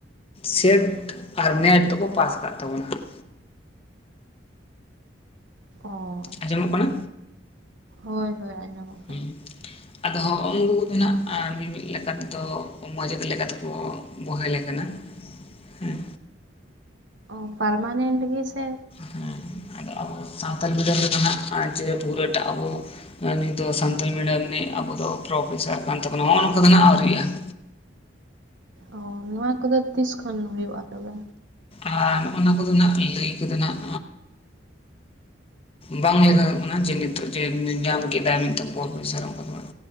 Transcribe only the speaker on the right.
ᱚ ᱟᱪᱪᱷᱟ
ᱦᱮᱸ ᱦᱳᱭ ᱦᱳᱭ ᱟᱸᱢᱚᱢ ᱟᱠᱟᱫᱟᱹᱧ ᱾
ᱚ ᱯᱟᱨᱢᱟᱱᱮᱱᱴ ᱜᱮ ᱥᱮ
ᱚ ᱱᱚᱣᱟ ᱠᱚᱫᱚ ᱛᱤᱥ ᱠᱷᱚᱱ ᱦᱩᱭᱩᱜ-ᱟ ᱛᱚᱵᱮ